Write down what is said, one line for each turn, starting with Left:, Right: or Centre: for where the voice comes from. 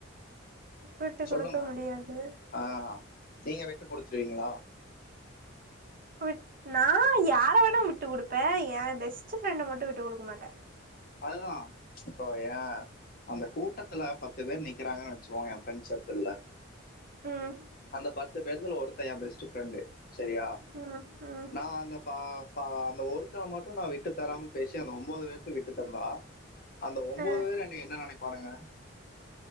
Right: விட்டு
Left: சொல்லுங்க
Right: குடுக்க முடியாது
Left: ஆஹ் நீங்க விட்டு கொடுத்துருவீங்களா
Right: விட் நா யார வேணா விட்டுக் குடுப்ப. என் பெஸ்ட் ஃப்ரெண்ட மட்டு விட்டு குடுக்க மாட்ட.
Left: அதுதா இப்போ ஏ அந்த கூட்டத்துல பத்து பேர் நிக்கறாங்கனு வச்சுகோங்க. ஃப்ரெண்ஸ் சர்க்கிள்ல
Right: ம்
Left: அந்த பத் து பேர்த்ல ஒருத்த எ பெஸ்டு ஃப்ரெண்டு செரியா
Right: ம் ம்
Left: நா அந்த பா ப அந்த ஒரு ஃப்ரெண்ட்ஸ மட்டு நா விட்டு தராம பேச நா ஒன் ஒம்பது பேத்த விட்டு டம்னா அந்த ஒன்போது
Right: அ
Left: பேரு என்னைய் என்ன நெனைப்பானுக.